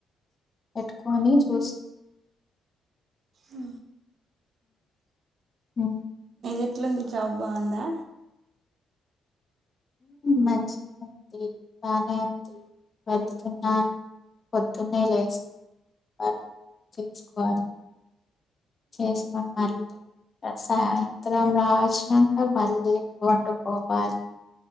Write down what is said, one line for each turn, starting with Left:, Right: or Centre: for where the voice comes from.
Left: పెట్టుకొని చూస్
Right: అ
Left: హ్మ్.
Right: ఎట్లుంది జాబ్ బాగుందా
Left: మంచింది బానే అంది వెళ్తున్నా పొద్దునేే లేస్తు వాళ తీసుకోవాలి చేసుకున్నారు సాయంత్రం రాచ్చినాక మళ్ళీ వండుకోవాలి